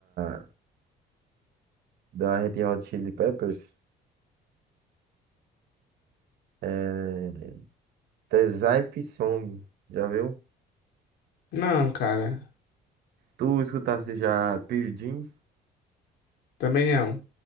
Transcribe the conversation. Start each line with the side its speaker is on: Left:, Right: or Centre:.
Right: da, da Red Hot Chili Peppers. é. Tezai Song. Já viu?
Left: Não, cara.
Right: Tu escutasse já Pearl Jeans?
Left: Também não.